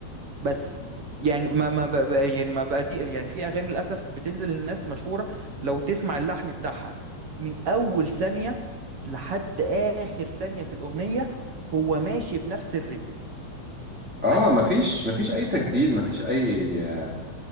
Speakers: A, on the right; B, in the centre.
A: بس يعني ما ما بقى بقى- يعني ما بقى دي يعني في اغاني للاسف بتنزل للناس مشهوره لو تسمع اللحن بتاعها من اول ثانيه لحد اخر ثانيه في الاغنيه هو ماشي بنفس الريتم
B: اه
A: بس
B: مفيش مفيش اي تجديد مفيش اي